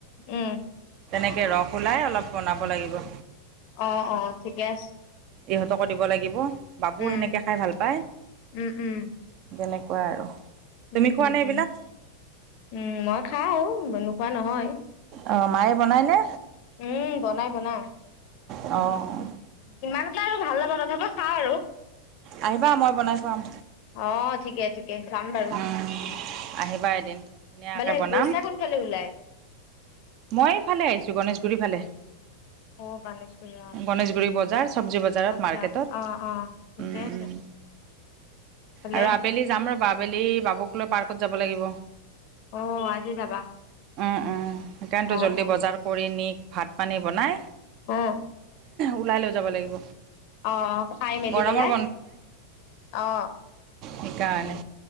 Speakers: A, on the left; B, on the right.
A: উম
B: তেনেকে ৰস ওলাই অলপ বনাব লাগিব।
A: অ অ ঠিকে আছে।
B: ইহঁতকো দিব লাগিব বাবু
A: উম
B: সেনেকে খাই ভাল পায়।
A: উম উম
B: বেলেগ কোৱা আৰু তুমি
A: উম
B: খোৱানে
A: উম
B: এইবিলাক
A: উম উম মই খাও নোখোৱা নহয়।
B: অ মায়ে বনাই নে।
A: উম বনাই বনাই।
B: অ,
A: ইমান এটা আৰু ভাল নাপাওঁ তথাপি খাওঁ আৰু
B: আহিবা মই বনাই খোৱাম।
A: অ ঠিকে ঠিকে, যাম বাৰু
B: উম, আহিবা এদিন ধুনীয়াকৈ
A: মানে
B: বনাম
A: গৈছা কোনফালে ওলাই,
B: মই এইফালে আহিছো গণেশগুৰি ফালে।
A: অ', গণেশগুৰি অ',
B: গণেশগুৰি বজাৰ চবজি বজাৰত
A: আচ্ছা
B: মাৰ্কেটত,
A: অ ঠিকে
B: উম
A: আছে।
B: উম
A: ভালে।
B: আৰু আবেলি যাম ৰ'বা আবেলি বাবুক লৈ পাৰ্কত যাব লাগিব। উম উম
A: অ', আজি যাবা
B: সেইকাৰণেতো
A: অ',
B: জলি
A: অ', উম,
B: বজাৰ। কৰি নি ভাত পানী বনাই।
A: অ,
B: ওলাই লৈ যাব লাগিব।
A: অ অ খাই মেলি
B: গৰমৰ
A: পেলাই অ,
B: সেই কাৰণে।